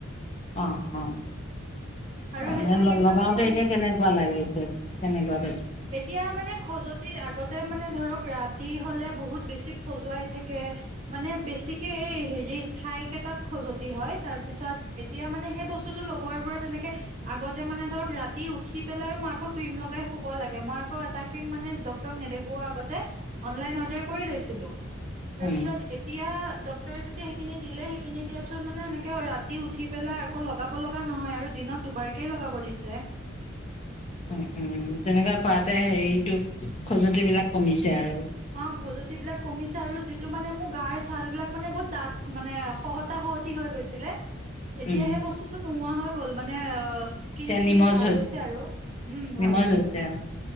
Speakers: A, on the left; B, on the right.
A: অ, অ।
B: আৰু
A: অ <unintelligible>
B: সেইটো
A: লগাও
B: ক্ৰীম
A: লগাওতে
B: মানে মই
A: এতিয়া
B: এনেকে
A: কেনেকুৱা লাগিছে, কেনেকুৱা পাইছা?
B: এতিয়া মানে খজতি, আগতে মানে ধৰক ৰাতি হ'লে বহুত বেছি খজুৱাই থাকে। মানে বেছিকে এই হেৰি থাইকেটাত খজতি হয়। তাৰ পিছত এতিয়া মানে সেই বস্তুটো লগোৱাৰ পৰা তেনেকে আগতে মানে ধৰক ৰাতি উঠি পেলাইও মই আকৌ ক্ৰীম লগাই শুব লাগে। মই আকৌ এটা ক্ৰীম মানে ডক্টৰক নেদেখোৱা আগতে অনলাইন অৰ্ডাৰ কৰি লৈছিলো। তাৰপিছত
A: উম
B: এ এতিয়া ডক্টৰে যেতিয়া সেইখিনি দিলে, সেইখিনি দিয়া পিছত মানে সেনেকে ৰাতি উঠি পেলাই আকৌ লগাব লগা নহয় আৰু দিনত দুবাৰকেই লগাব দিছে।
A: উম, উম। তেনেকা কৰাতে হেৰিটো খজতিবিলাক কমিছে আৰু।
B: অ, খজতিবিলাক কমিছে আৰু যিটো মানে মোৰ গাৰ ছালবিলাক মানে বহুত ডাঠ মানে। খহটা খহটি হৈ গৈছিলে। এতিয়া
A: উম
B: সেই বস্তুটো নোহোৱা হৈ গ'ল মানে আচ
A: এতিয়া
B: কিনখিনি
A: নিমজ
B: ভাল হৈছে আৰু। উম,
A: নিমজ
B: ভাল হৈছে,
A: আৰু